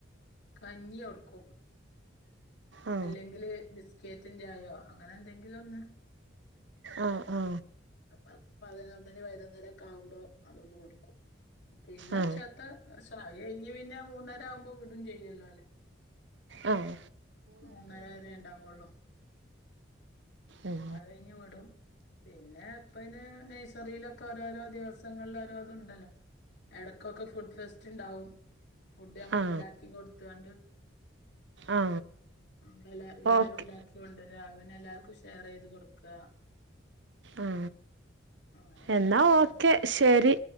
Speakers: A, on the left (about 60°); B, on the right (about 65°).
A: കഞ്ഞി കൊടുക്കും
B: ആ
A: അല്ലെങ്കില് ബിസ് ക്കേറ്റിന്റെ ആയോ അങ്ങനെ എന്തെങ്കിലും ഒന്ന്
B: ആ ആ
A: അ പതിനോ - വൈകുന്നേരം ഒക്ക ആകുമ്പോ അതൊന്ന് കൊടുക്കും പിന്നെ
B: ആ
A: ചാത്ത- അത് കഴിഞ്ഞ് പിന്നെ മൂന്നര ആകുമ്പോ വിടും ചെയ്യല്ലോ അല്ലെ
B: ആഹ്
A: മൂന്നര വരെ ഉണ്ടാവുള്ളൂ
B: ഉം
A: അത് കഴിഞ്ഞ് വിടും പിന്നെ ഇപ്പ അതിന്‌ നഴ്സറിയിലൊക്കെ ഓരോരോ ദിവസങ്ങളിൽ ഓരോ ഉണ്ടല്ലോ, ഇടക്കൊക്കെ ഫുഡ് ഫെസ്റ്റ് ഉണ്ടാവും ഫുഡ് നമ്മൾ
B: ആ
A: ഉണ്ടാക്കി കൊടു- <unintelligible>
B: ആ
A: നമ്മളല്ല എല്ലാരും
B: ഓക്കെ
A: ഉണ്ടാക്കിയോണ്ട് <unintelligible> എല്ലാർക്കും ഇഷ് കെയർ ചെയ്ത് കൊടുക്കുക
B: ആ
A: അങ്ങനെയൊക്കെ
B: എന്നാ
A: ഉണ്ടാവും
B: ഓക്കെ ശരി